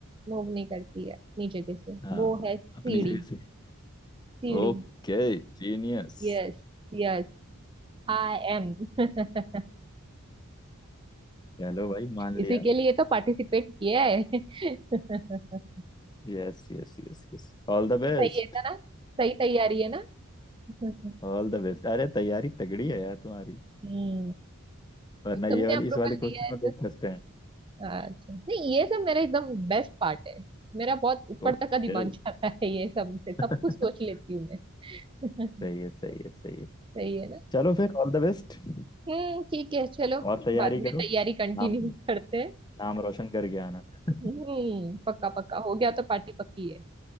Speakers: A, on the right; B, on the left.
A: मूव नहीं करती है नीचे कैसे
B: हाँ
A: वो है सीढ़ी
B: अपनी जगह से
A: सीढ़ी
B: ओके जीनियस
A: यस यस आई एम <laughs>
B: चलो भाई मान
A: इसी
B: लिया
A: के लिए तो पार्टिसिपेट किया है <laughs>
B: Yes yes yes yes all the best
A: सही है था ना सही तैयारी है ना <laughs>
B: All the best अरे तैयारी तगड़ी है यार तुम्हारी
A: हम्म
B: वरना
A: तुमने
B: ये वाली
A: अप्रूवल
B: इस वाले क्वेश्चन
A: दिया है
B: में लोग
A: तो
B: फंसते हैं
A: अच्छा नहीं ये सब मेरा एकदम बेस्ट पार्ट है मेरा बहुत ऊपर
B: ओके
A: तक का दिमाग <laughs> जाता है ये सब से सब
B: <laughs>
A: कुछ सोच लेती हूँ मैं <laughs>
B: सही है सही है सही है
A: सही है ना
B: चलो फिर ऑल द बेस्ट और
A: हम्म ठीक है चलो
B: ठीक है तैयारी
A: बाद में
B: करो
A: तैयारी कंटिन्यू
B: नाम
A: करते हैं
B: नाम रोशन करके आना <laughs>
A: हम्म पक्का पक्का हो गया तो पार्टी पक्की है